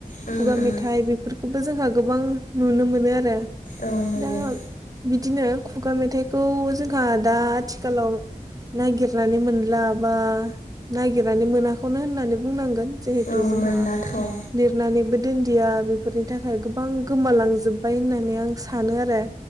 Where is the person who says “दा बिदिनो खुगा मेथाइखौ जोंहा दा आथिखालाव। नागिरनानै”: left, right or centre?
Right